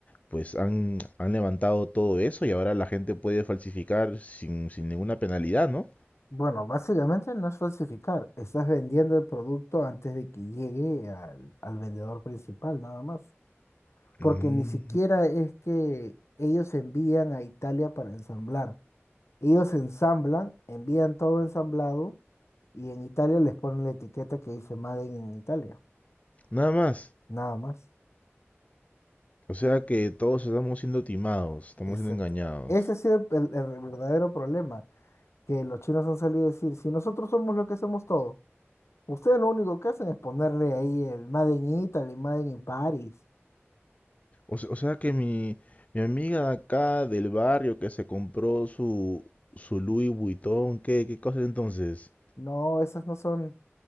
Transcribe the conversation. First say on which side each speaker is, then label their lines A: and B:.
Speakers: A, on the left (about 30°); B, on the left (about 75°).
A: pues han, han levantado todo eso y ahora la gente puede falsificar sin, sin ninguna penalidad, ¿no?
B: bueno, básicamente no es falsificar, estás vendiendo el producto antes de que llegue al, al vendedor principal, nada más. Porque
A: Mm.
B: ni siquiera es que ellos envían a Italia para ensamblar. Ellos ensamblan, envían todo ensamblado y en Italia les ponen la etiqueta que dice Made in Italia,
A: Nada más.
B: nada más.
A: O sea que todos estamos siendo timados, estamos
B: Exacto.
A: siendo engañados.
B: Ese ha sido el el- el verdadero problema que los chinos han salido a decir, si nosotros somos los que hacemos todo, ustedes lo único que hacen es ponerle ahí el Made in Italy, Made in Paris.
A: O, se- o sea que mi, mi amiga de acá del barrio que se compró su, su Louis Vuitton, ¿qué, qué cosa es entonces?
B: No, esas no son,